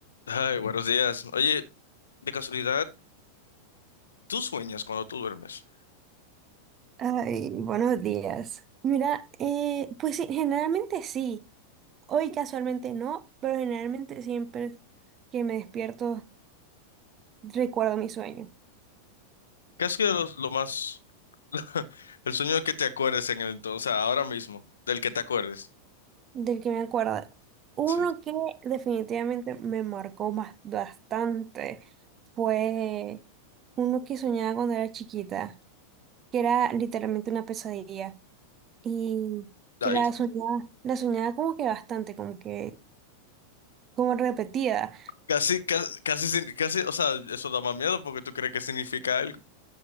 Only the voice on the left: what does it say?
Ay, buenos días. Oye, de casualidad, ¿tú sueñas cuando tú duermes?
¿Qué ha sido lo, lo más, <laughs> el sueño que te acuerdes en el entonces, o sea, ahora mismo, del que te acuerdes?
Sí.
Ay,
casi, casi, casi, sin- casi, o sea, eso da más miedo porque tú crees que significa algo.